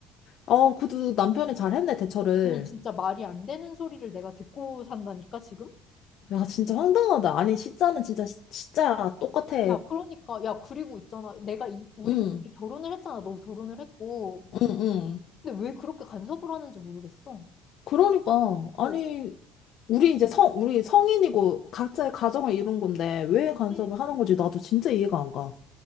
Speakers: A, on the left (about 50°); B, on the left (about 35°).
A: 어, 그래도 남편이 잘했네, 대처를.
B: 아니, 진짜 말이 안 되는 소리를 내가 듣고 산다니까, 지금?
A: 야, 진짜 황당하다. 아니, 시자는 진짜, 시- 진짜 똑같아.
B: 야, 그러니까, 야, 그리고 있잖아. 내가 이, 우리가
A: 응,
B: 이 결혼을 했잖아. 너 결혼을 했고.
A: 응, 응.
B: 근데 왜 그렇게 간섭을 하는지 모르겠어.
A: 그러니까. 아니,
B: 어,
A: 우리 이제 성, 우리 성인이고 각자의 가정을 이룬 건데 왜
B: 어,
A: 간섭을
B: 그래.
A: 하는 건지 나도 진짜 이해가 안 가.